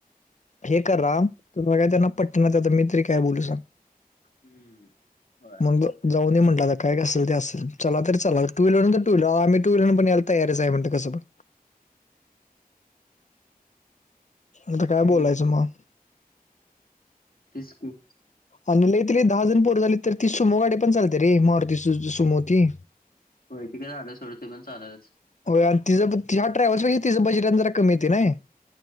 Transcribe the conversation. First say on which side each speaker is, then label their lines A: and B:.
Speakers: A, on the left (about 50°); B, on the left (about 70°).
A: हे करा. तुम्हाला काय त्यांना पट्टना, आता तर मी तरी काय बोलू सांग.
B: हम्म होय
A: मग जाऊन ये म्हणलं. काय का असल ते असल चला तरी चला. टू व्हीलर टू व्हीलर अहो आम्ही, टू् व्हीलरन पण यायला तयारच आहे म्हणंल कसं पण. आता काय
B: हम्म
A: बोलायचं मग.
B: तेच की,
A: आणि लई त दहा जण पोरं झाली तर ती, सुमो गाडी पण चालते रे मारूती सुमो ती.
B: होय, काय झालं सोडं ते, पण चालंल चं.
A: होय, आणि तिचं बजे ह्या ट्रॉयव्हस पेक्षा तेचं बजेट कमी येत नाही.